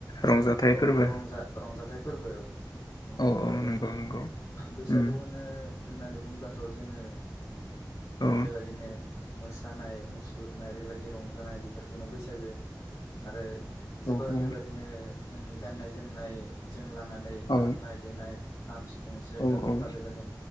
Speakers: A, on the left; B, on the left.
A: रंजाथाइ
B: ओ
A: फोरबो
B: अ रंजा-रंजाथाइ फोरबोआव औ रंजाथाइ
A: औ औ
B: फोरबो
A: नंगौ नंगौ
B: बैसागु
A: उम
B: होनो होननानै बुंङोब्लाथ जोङो
A: औ
B: बेबायदिनो मोसानाय मुसुरनाय बेबायदि रंजानाय बेफोरखौनो बैसागो आरो जोबोर
A: औ औ
B: बेबायादिनो जोंनि गाननाय जोमनाय जों लानानै
A: औ
B: दामनाय देनाय खाम सिफुं सेरजा
A: औ
B: जथा
A: औ
B: बेबायनो